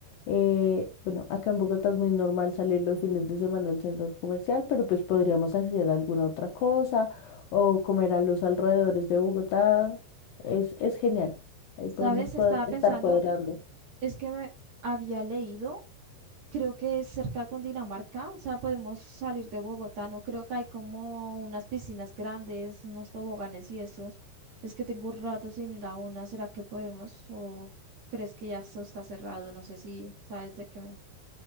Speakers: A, on the left; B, on the right.
A: Eh, bueno, acá en Bogotá es muy normal salir los fines de semana al centro comercial, pero pues podríamos hacer alguna otra cosa o comer a los alrededores de Bogotá. Es, es genial. Ahí podemos
B: ¿Sabes?
A: cua-
B: Estaba
A: estar
B: pensando,
A: cuadrando.
B: es que me había leído, creo que es cerca con Dinamarca, o sea, podemos salir de Bogotá, no creo que hay como unas piscinas grandes, unos toboganes y esos. Es que tengo un rato sin ir a una, ¿será que podemos? ¿O crees que ya eso está cerrado? No sé si sabes de qué, me-